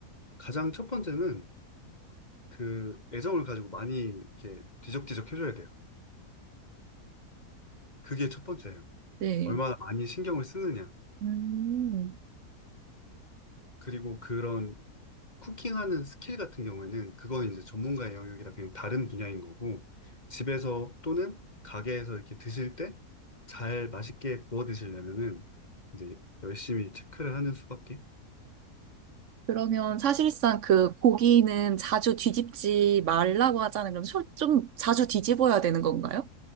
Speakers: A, on the left; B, on the right.
A: 가장 첫 번째는 그 애정을 가지고 많이 이렇게 뒤적뒤적 해줘야 돼요. 그게 첫 번째예요.
B: 네.
A: 얼마나 많이 신경을 쓰느냐.
B: 음,
A: 그리고 그런 쿠킹하는 스킬 같은 경우에는 그건 이제 전문가의 영역이라 그냥 다른 분야인 거고 집에서 또는 가게에서 이렇게 드실 때 잘 맛있게 구워 드시려면은 이제 열심히 체크를 하는 수밖에.
B: 그러면 사실상 그 고기는 자주 뒤집지 말라고 하잖아요. 그럼 소- 좀 자주 뒤집어야 되는 건가요?